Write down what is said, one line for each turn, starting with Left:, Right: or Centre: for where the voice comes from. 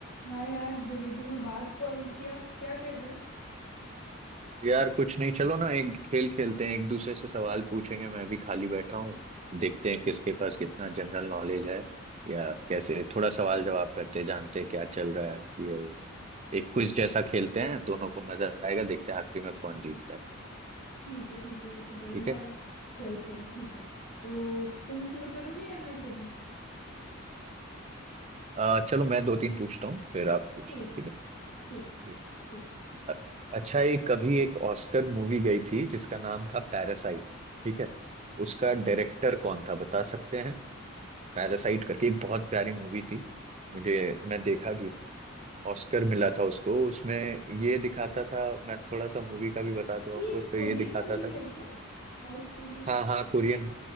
Left: हाँ यार बड़े दिनों बाद कॉल किया क्या कर रहा है
Right: यार कुछ नहीं चलो ना एक खेल खेलते हैं एक दूसरे से सवाल पूछेंगे मैं भी खाली बैठा हूँ देखते हैं किसके पास कितना जनरल नॉलेज है या कैसे थोड़ा सवाल जवाब करते हैं, जानते हैं क्या चल रहा है ये वो एक क्विज जैसा खेलते हैं दोनों को मजा आएगा देखते हैं आखिरी में कौन जीतता है
Left: ठीक है ठीक है ये तो बढ़िया
Right: ठीक है
Left: है चल चल ठीक है तो तुम शुरू करोगे या मैं करूँ
Right: अ, चलो मैं दो तीन पूछता हूँ फिर आप पूछना
Left: ठीक
Right: ठीक
Left: है
Right: है
Left: ठीक
Right: ठीक।
Left: है पूछो
Right: अ- अच्छा ये कभी एक ऑस्कर मूवी गई थी जिसका नाम था पैरासाइट ठीक है उसका डायरेक्टर कौन था बता सकते हैं पैरासाइट करके एक बहुत प्यारी मूवी थी मुझे मैं देखा भी हूँ ऑस्कर मिला था उसको उसमें ये दिखाता था मैं थोड़ा सा मूवी का भी बता दूं
Left: ये
Right: आपको उसमें
Left: कोरियन
Right: ये दिखाता
Left: मूवी
Right: था
Left: है क्या South Korean
Right: हाँ हाँ कोरियन